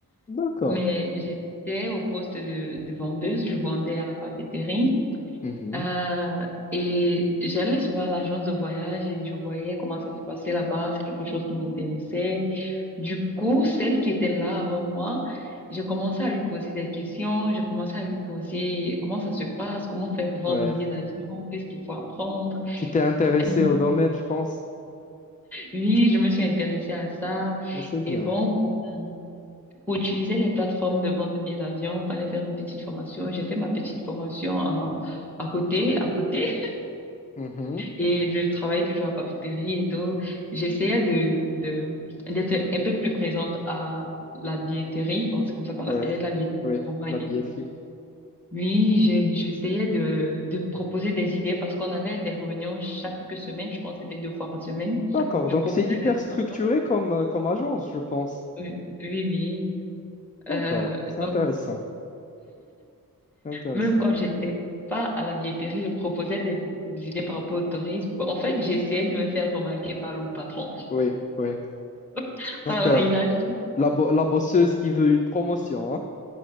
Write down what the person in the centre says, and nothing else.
mais j'étais au poste de, de vendeuse. Je vendais à la papeterie.
Euh, et j'allais souvent à l'agence de voyage et je voyais comment ça se passait là-bas, c'est quelque chose qui m'intéressait. Du coup, celle qui était là avant moi, j'ai commencé à lui poser des questions, j'ai commencé à lui poser comment ça se passe, comment faire pour vendre
un billet d'avion, qu'est-ce qu'il faut apprendre.
Elle me-
Oui, je me suis intéressée à ça.
Et bon, pour, pour utiliser les plateformes de vente de billets d'avion, fallait faire une petite formation. J'ai fait ma petite formation à, à côté, à côté.
Et je travaille toujours à la papeterie et tout. J'essayais de, de, d'être un peu plus présente à la billetterie. Bon, c'est comme ça qu'on l'appelait,
la billetterie.
Bon, on est
bien.
Oui, j'ai- j'essayais de, de proposer des idées parce qu'on avait des réunions chaque semaine. Je pense que c'était deux fois par semaine.
Je
proposais
des
réunions.
Oui, oui. oui. Euh,
donc,
même quand j'étais pas à la billetterie, je proposais des idées par rapport au tourisme. Bon, en fait, j'essayais de me faire remarquer par le patron,
<laughs>
par la
hiérarchie.